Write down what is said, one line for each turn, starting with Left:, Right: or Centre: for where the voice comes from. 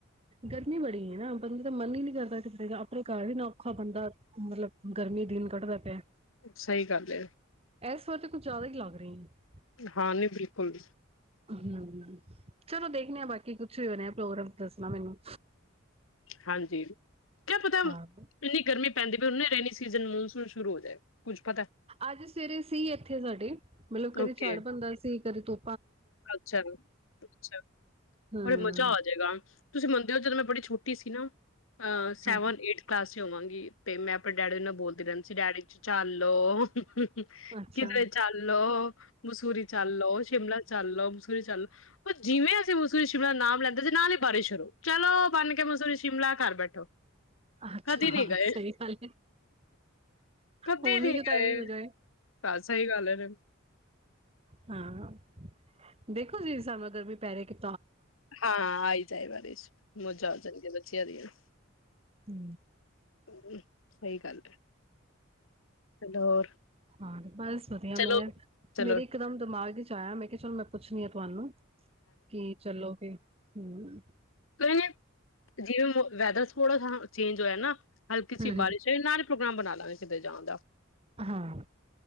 Right: ਗਰਮੀ ਬੜੀ ਹੈ ਨਾ ਬੰਦਾ ਤਾਂ ਮਨ ਹੀ ਨੀ ਕਰਦਾ ਕਿ ਆਪਣੇ ਘਰ ਹੀ ਨਾ ਔਖਾ ਬੰਦਾ ਮਤਲਬ ਗਰਮੀ ਦਿਨ ਕੱਢਦਾ ਪਿਆ।
Left: ਸਹੀ ਗੱਲ ਹੈ
Right: ਇਸ ਵਾਰ ਤੇ ਕੁੱਝ ਜ਼ਿਆਦਾ ਹੀ ਲੱਗ ਰਹੀ ਹੈ।
Left: ਹਾਂ ਨਹੀਂ ਬਿਲਕੁਲ,
Right: ਹੂੰ, ਚਲੋ ਦੇਖਣੇ ਆਾਂ ਬਾਕੀ ਕੁਛ ਵੀ ਬੰਨ੍ਹਿਆ ਪ੍ਰੋਗਰਾਮ ਦੱਸਣਾ ਮੈਨੂੰ
Left: ਹਾਂਜੀ ਕਿਆ ਪਤਾ
Right: ਹਾਂ
Left: ਇੰਨੀ ਗਰਮੀ ਪੈਂਦੀ ਵੀ ਉਹਨੇ ਰਹਿਣੀ। ਸੀਜ਼ਨ ਮੌਨਸੂਨ ਸ਼ੁਰੂ ਹੋ ਜਾਏ ਕੁੱਝ ਪਤਾ
Right: ਅੱਜ ਸਵੇਰੇ ਸੀ ਇੱਥੇ ਸਾਡੇ, ਮਤਲਬ ਕਦੇ
Left: ਓਕੇ
Right: ਚੜ੍ਹ ਬਣਦਾ ਸੀ। ਫੇਰ ਤੂੰ,
Left: ਅੱਛਾ ਅੱਛਾ
Right: ਹਮ
Left: ਮਜਾ ਅਜੇਗਾ, ਤੁਸੀਂ ਮੰਨਦੇ ਹੋ ਜਦੋਂ ਮੈਂ ਬੜੀ ਛੋਟੀ ਸੀ ਨਾ ਸੇਵਨ
Right: ਹਾਂ
Left: ਐਟ ਕਲਾਸ ਚ, ਹੋਵੇਗੀ ਤੇ ਮੈਂ ਆਪਣੇ ਡੈਡੀ ਨੂੰ ਬੋਲਦੀ ਰਹਿੰਦੀ ਸੀ, ਡੈਡੀ ਜੀ ਚੱਲੋ। ਹ
Right: ਅੱਛਾ
Left: ਕਿਦਰੇ ਚਾਲੋ, ਮਸੂਰੀ ਚਾਲੋ ਸ਼ਿਮਲਾ ਚੱਲਓ ਮਸੂਰੀ ਚੱਲੋ, ਉਹ ਜਿਵੇਂ ਅਸੀਂ ਮਸੂਰੀ ਸ਼ਿਮਲਾ ਨਾਮ ਲੈਂਦੇ ਸੀ ਨਾਲ ਹੀ ਬਾਰਿਸ਼ ਸ਼ੁਰੂ ਚਲੋ ਬਣ ਗਿਆ ਮਸੂਰੀ ਸ਼ਿਮਲਾ ਘਰ ਬੈਠੋ।
Right: ਅੱਛਾ
Left: ਕਦੇ ਨੀ ਗਏ
Right: ਸਹੀ ਗੱਲ ਹੈ,
Left: ਕਦੇ
Right: ਹੋਰ
Left: ਨੀ
Right: ਵੀ ਕਿਤੇ
Left: ਗਏ
Right: ਏ ਵੀ ਹੋ ਜਾਏ
Left: ਹਾਂ ਸਹੀ ਗੱਲ ਹੈ
Right: ਹਾਂ। ਦੇਖੋ ਜੀ ਸਮਾਂ ਗਰਮੀ ਪੈ ਰਹੀ ਕਿੱ
Left: ਹਾਂ ਆ ਹੀ ਜਾਏ ਬਾਰਿਸ਼। ਮੌਜਾ ਹੋਣ ਜਾਣਗੀਆ ਬੱਚਿਆਂ ਦੀ। <inaudible>
Right: ਹੂੰ,
Left: <inaudible> ਸਹੀ ਗੱਲ ਹੈ। ਚਲੋ ਹੋਰ
Right: ਹਾਂ ਬਸ ਵਧੀਆ
Left: ਚਲੋ
Right: ਮੈਂ
Left: ਚਲੋ
Right: ਮੇਰੇ ਇਕ ਦਮ ਦਿਮਾਗ ਚ? ਜਾਇਆ ਮੈਂ ਕਿਹਾ ਚਲੋ ਮੈਂ ਪੁੱਛਣੀ ਆ ਤੁਹਾਨੂੰ, ਕੀ ਚਲੋ ਫੇ ਹਮ!
Left: ਕਈਏ ਜਿਵੇਂ ਵੈਦਰ, ਥੋੜਾ ਸਾ ਚੇਂਜ ਹੋਇਆ ਨਾ। ਹਲਕੀ
Right: ਹਮ
Left: ਬਾਰਿਸ਼ ਹੈ ਨਾਲ,, ਪ੍ਰੋਗਰਾਮ ਬਣਾਲਾਗੇ ਸਿਮਲੇ ਜਾਣ ਦਾ।
Right: ਹਾਂ,